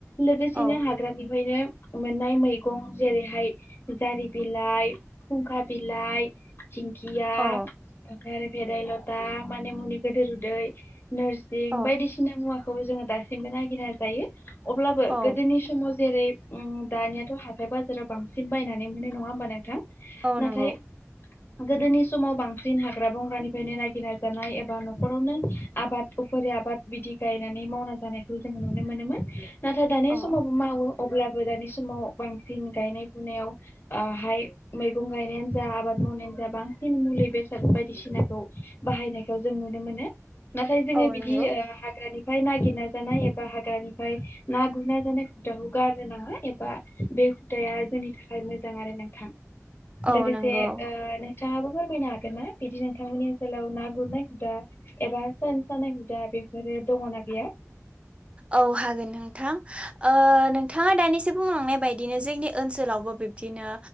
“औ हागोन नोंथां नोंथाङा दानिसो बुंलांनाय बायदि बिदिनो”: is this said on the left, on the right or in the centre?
Right